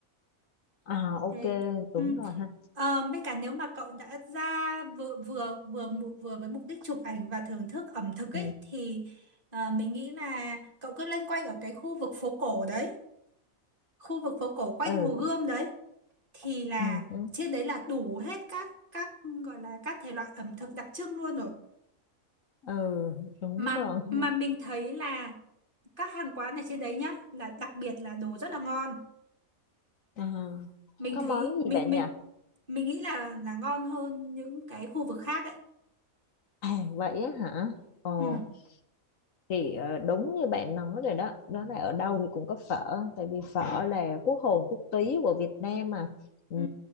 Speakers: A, on the left (about 70°); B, on the right (about 40°).
A: à ok
B: Thế
A: đúng
B: ừ.
A: rồi ha
B: Ờ, mấy cả nếu mà cậu đã ra vừa vừa vừa mụ- vừa với mục đích chụp ảnh và thưởng thức ẩm thực
A: ừ
B: ấy thì ờ, mình nghĩ là cậu cứ loanh quanh ở cái khu vực phố cổ đấy, khu vực phố cổ quanh
A: ừ
B: Hồ Gươm đấy thì là
A: ừ đúng,
B: trên đấy là đủ hết các các gọi là các thể loại ẩm thực đặc trưng luôn rồi.
A: ừ, đúng
B: Mà
A: rồi
B: mà
A: ha
B: mình thấy là các hàng quán ở trên đấy nhá là đặc biệt là đồ rất là ngon.
A: à,
B: Mình
A: có
B: thấy
A: món
B: mình
A: gì bạn
B: mình
A: nhỉ
B: mình nghĩ là là ngon hơn những cái khu vực khác ấy
A: à vậy á hả ồ
B: Ừ,
A: thì ờ, đúng như bạn nói rồi đó đó là ở đâu thì cũng có phở tại vì phở là quốc hồn quốc túy của Việt Nam mà ừ.
B: ừ.